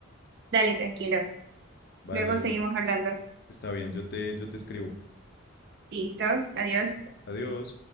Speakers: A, on the right; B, on the left.
A: Dale, tranquilo.
B: Vale,
A: Luego seguimos hablando.
B: está bien, yo te, yo te escribo.
A: Listo, adiós.
B: Adiós.